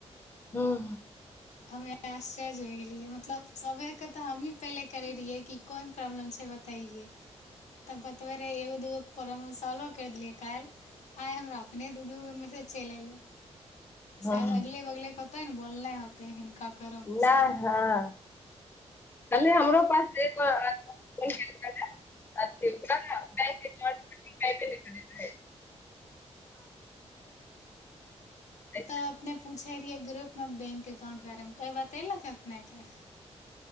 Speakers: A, on the left (about 20°); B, on the left (about 85°).
A: हूँ
B: हमे आश्च्य हो गेलियै मतलब सबे कऽ तऽ हमही पहिले करैलियै की कोन प्रॉब्लम छै छै बतैयै तऽ बतबै रहै एगो दूगोक प्रॉब्लम सॉल्वो करि देलियै काइल आइ हमरा अपने दू दू गो मैसेज चलि एयलै
A: हँ
B: शायद अगले बगले के होतेै न बोलने होत होतइ हिनका करो मैसेज
A: नहि हँ कल्हे हमरो पास एगो <unintelligible> बैंक एकाउंट परति पाइपे नई करैत रहैय ऐसे।
B: तऽ अपने पूछे रहियै ग्रुप म बैंक एकाउंट कारण कई बतेलक अप ने कऽ